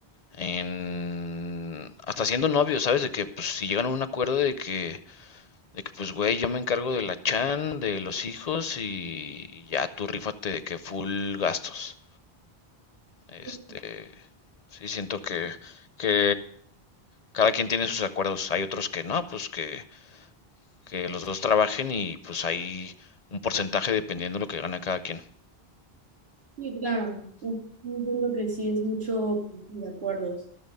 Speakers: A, on the left (about 45°); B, on the right (about 85°).
A: en hasta siendo novios, ¿sabes? De que pues si llegan a un acuerdo de que, de que pues güey, yo me encargo de la chan, de los hijos y ya tú rífate de que full gastos. Este,
B: Sí,
A: sí, siento que, que cada quien tiene sus acuerdos. Hay otros que no, pues que, que los dos trabajen y pues hay un porcentaje dependiendo de lo que gana cada quien.
B: sí, claro. Un un punto que sí es mucho pues, de acuerdos.